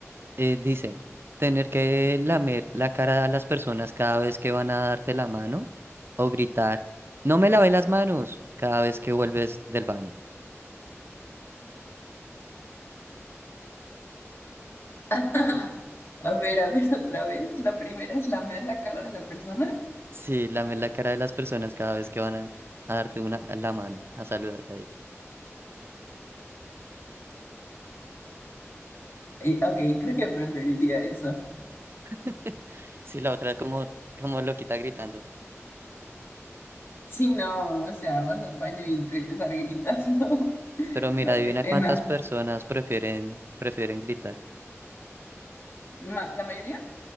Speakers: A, on the right (about 50°); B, on the left (about 50°).
A: Eh, dice, tener que lamer la cara a las personas cada vez que van a darte la mano o gritar, no me lavé las manos cada vez que vuelves del baño.
B: <laughs> A ver, a ver, otra vez. La primera es lamer la cara de la persona.
A: Sí, lamer la cara de las personas cada vez que van a, a darte una, la mano, a saludarte ahí.
B: Y, ok, creo que preferiría eso.
A: <laughs> Sí, la otra es como, como loquita gritando.
B: Si no, o sea, vas al baño y regresar gritando. <laughs>
A: Pero mira,
B: No,
A: adivina
B: qué pena.
A: cuántas personas prefieren, prefieren gritar.
B: ma- la mayoría.